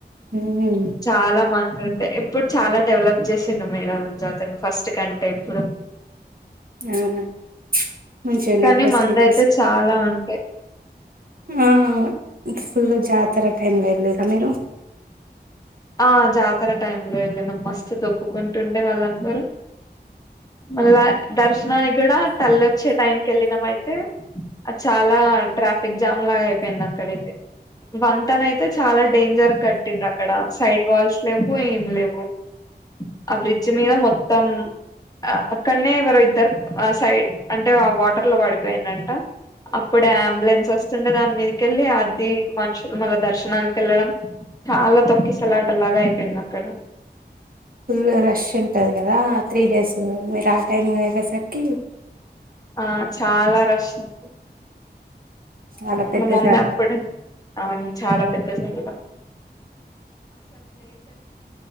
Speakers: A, on the right; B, on the left.
A: ఉమ్,
B: చాలా మంద్ ఉండే ఇప్పుడు చాలా డెవలప్ చేసిండు మేడారం జాతరను ఫస్ట్ కంటే ఇప్పుడు
A: అవునా మంచిగున్నాయా
B: కానీ
A: ఫెసిలిటీస్
B: మంద అయితే చాలా ఉండే
A: ఆ ఫుల్ జాతర టైమ్ లా వెళ్ళిర్రా మీరు
B: ఆ జాతర టైమ్ లో వెళ్ళినం మస్తు దొప్పుకుంటుండే వాళ్ళందరూ మళ్ళా దర్శనానికి కూడా తల్లి వచ్చే టైం కి వెళ్ళినం అయితే అ చాలా ట్రాఫిక్ జామ్ లాగా అయిపోయింది అక్కడైతే, వంతెన అయితే చాలా డేంజర్ గట్టిండ్రు అక్కడ సైడ్ వాల్స్ లేవు ఏం లెవు. ఆ బ్రిడ్జ్ మీద మొత్తం ఆ అక్కడనే ఎవరో ఇద్దరు ఆ సైడ్ అంటే ఆ వాటర్లో పడిపోయిండంట. అప్పుడే అంబులెన్స్ వస్తుండే దాని మీదకెళ్ళి అది మనుషులు మళ్ళ దర్శనానికి వెళ్ళడం చాలా తొక్కిసలాటలాగా అయి పేయింది అక్కడ,
A: ఫుల్ రష్ ఉంటది కదా త్రీ డేస్ మీరు ఆ టైం వేళ్ళేసరికి
B: ఆ చాలా రష్ ఉంది
A: చాలా పెద్ద
B: మ మమ్మీ
A: జాతర
B: అప్పుడే అవును చాలా పెద్ద జాతర.